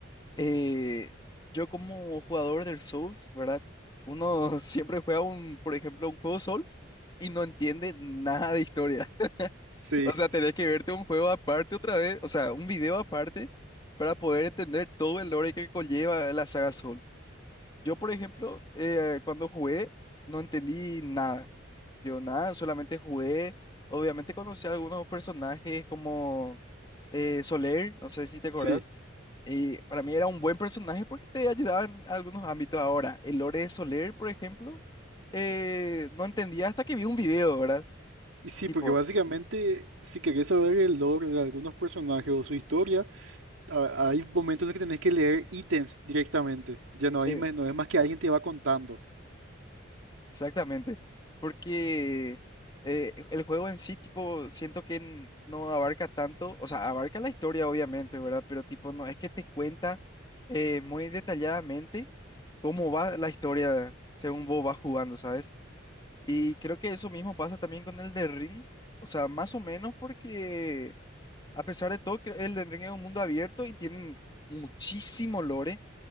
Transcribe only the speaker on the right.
Sí.
Sí,
y sí,
porque básicamente si querés saber el lore de algunos personajes o su historia, a- hay momentos en los que tenés que leer ítems directamente. Ya no,
hay, me- no es más que alguien te va contando.